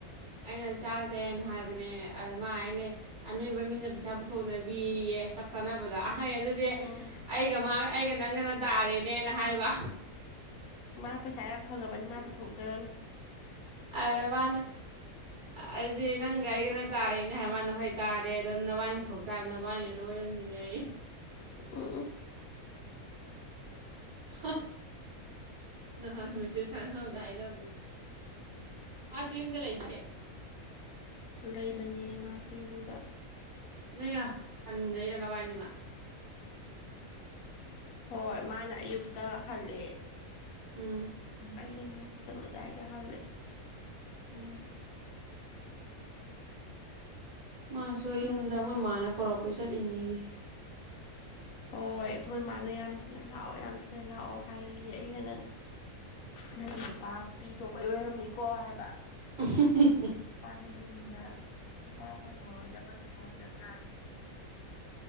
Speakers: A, on the right; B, on the left.
A: ꯑꯩꯅ ꯆꯥꯁꯦꯅ ꯍꯥꯏꯕꯅꯦ ꯑꯗꯨꯃ ꯑꯅꯦ ꯑꯅꯣꯏꯕ ꯃꯤꯅ ꯄꯩꯁꯥ ꯄꯨꯊꯣꯛꯅꯕꯤꯌꯦ ꯆꯥꯛ ꯆꯥꯅꯕꯕꯗ ꯐꯩ ꯑꯗꯨꯗꯤ
B: ꯎꯝ
A: ꯑꯩꯒ ꯃꯥ ꯑꯩꯒ ꯅꯪꯒꯅ ꯇꯥꯔꯦꯅꯦꯅ ꯍꯥꯏꯕ
B: ꯃꯥ ꯄꯩꯁꯥ ꯌꯥꯝ ꯐꯉꯕꯅꯤ ꯃꯥ ꯄꯨꯊꯣꯛꯆꯔꯅꯤ
A: ꯑꯗ ꯃꯥꯅ ꯑꯗꯨꯗꯤ ꯅꯪꯒ ꯑꯩ ꯀꯩꯅꯣ ꯇꯥꯔꯦꯅꯦ ꯍꯥꯏ ꯃꯥꯅ ꯍꯣꯏ ꯇꯥꯔꯦ ꯑꯗꯨꯗ ꯅꯕꯥꯏꯅ ꯄꯨꯊꯣꯛ ꯇꯥꯕ ꯅꯕꯥꯏꯅꯦꯅ ꯑꯣꯏꯔꯝꯃꯤꯟꯅꯩ
B: ꯎ
A: ꯑ ꯅ ꯃꯁ ꯁꯅꯗ ꯍꯥꯏꯅ ꯃꯥꯁꯨ ꯌꯨꯝꯗ ꯂꯩꯍꯥꯏꯦ
B: ꯂꯩꯕꯅꯤ ꯃꯥꯁꯨ ꯌꯨꯝꯗ
A: ꯅ ꯑ ꯍꯥꯟꯃꯤꯩꯔ ꯅꯕꯕꯥꯅꯤꯃ
B: ꯍꯣꯏ ꯃꯥꯅ ꯑꯌꯨꯛꯇ ꯍꯜꯂꯑꯦ
A: ꯎꯝ
B: ꯑꯩꯅ ꯊꯂꯒꯥꯏꯗ ꯍꯜꯦ
A: ꯑꯣ ꯃꯥꯁꯨ
B: ꯎꯝ
A: ꯌꯨꯝꯗ ꯃꯣꯏ ꯃꯥꯅ ꯀꯧꯔꯛꯄꯩ ꯆꯠꯂꯤꯅꯦꯌꯦ
B: ꯍ ꯍꯣꯏ ꯃꯣꯏꯃꯅ ꯌꯥꯝ ꯊꯨꯅ ꯂꯥꯛꯑꯣ ꯌꯥꯝ ꯊꯨꯅ ꯂꯥꯛꯑꯣ ꯍꯥꯏꯌꯦꯦ ꯑꯩꯅ ꯅꯪ ꯅꯪꯒꯤ ꯂꯨꯄꯥ ꯄꯤ ꯊꯣꯛꯄ ꯑꯣꯏꯔꯝꯅꯤꯀꯣ ꯍꯥꯏꯕ
A: ꯎ
B: ꯃꯄꯥꯗ ꯌꯨꯝꯗ ꯑꯄꯥ ꯐꯪꯉꯔꯣꯏꯗꯕꯒꯤ ꯃꯑꯣꯡꯗ ꯉꯥꯡꯉꯤ